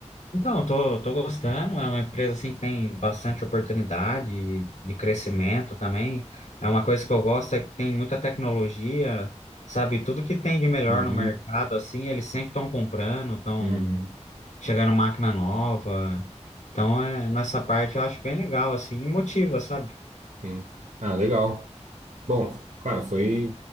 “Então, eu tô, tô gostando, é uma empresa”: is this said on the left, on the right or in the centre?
Left